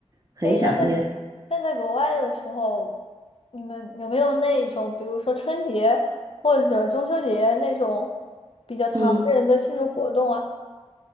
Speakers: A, on the right; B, on the left.
A: 很想念。
B: 诶，那在那在国外的时候，你们有没有那种，比如说春节或者中秋节那种比较唐人的庆祝活动啊？
A: 嗯。